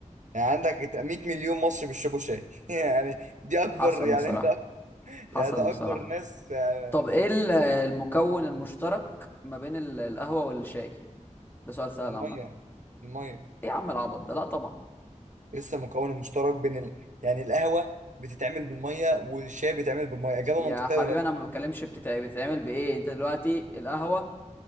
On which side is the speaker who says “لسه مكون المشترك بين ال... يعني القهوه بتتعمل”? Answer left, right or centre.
Right